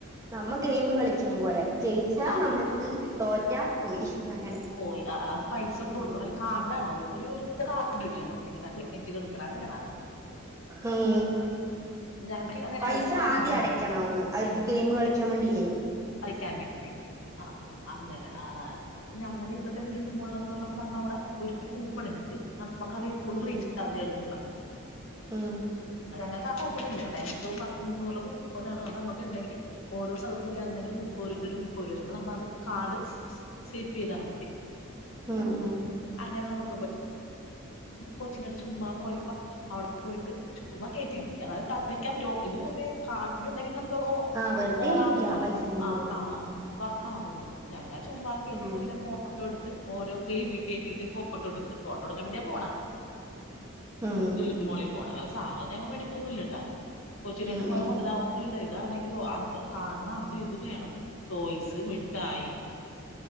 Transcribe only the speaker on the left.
ആ
പോയി അ അത് പൈസ
കൊടുക്കണം ലേ കാർഡ് ആണോ അത്? ഒരു <unintelligible> എടുക്കണം അങ്ങനെയാണ്
ഞങ്ങൾക്ക് അങ്ങനെയാണ്
ഒരു കാർഡ്
ഉണ്ട്
കളിക്കാൻ വേണ്ടി. ആ അങ്ങനെ. ആ ഞങ്ങുടെ ഇവിടത്തെ ലുലുമാളിൽ പറഞ്ഞ നമ്മവിടെ ഒരു പ നമ്മുക്ക് അത്ഫുൾ
റീചാർജ് എടുക്കാം.
ണ. അ. കൂപ്പൺ ഇല്ല ഇവിടെ. പത്ത് മുന്നൂർ രൂപയുടെ കൂപ്പൺആണ്. അത് നമുക്ക് ഉണ്ടെങ്കിൽ ഓരോ സ്ഥലത്ത് മുപ്പത് രൂപ മുപ്പത് രൂപത് തരും. കാർഡ് സേപ്പ് ചെയ്താൽ മതി
അങ്ങനെ നമുക്ക് കൊച്ചിനെയും കൊണ്ട് ചുമ്മാ പോയപ്പോ അവിടെ പോയിട്ട് ചുമ്മാ കയറ്റിയിരുത്തി. അതായത് കളിക്കാൻ പറ്റോ ഇത് മറ്റേ കാർഡ്ഉണ്ടങ്കിലേ നമ്മ ഒ
ഓണാവുള്ളൂ.
ആ
വർക്ക്‌ ആകുള്ളൂ. ഞങ്ങ ചുമ്മാ കയറ്റി
കൊച്ചിനെ ഫോട്ടോ എടുത്ത് ഓരോ ഗെയിം കയറ്റി ഇരുത്തി ഫോട്ടോ എടുത്ത്. ഫോട്ടോ എടുക്കാൻ വേണ്ടിയാ പോണ
ലുലുമോളിൽ പോണം. അത് സാധനൊന്നും ഞങ്ങ മേടിക്കൊന്നുംല്ലട്ടാ. കൊച്ചിനെയായിട്ടു
പോയാൽ
മുതലാവൊന്നും ഇല്ല ഇതാണെങ്കിലോ കാണണം അത് ഇത് വേണം ടോയ്സ് മിഠായി.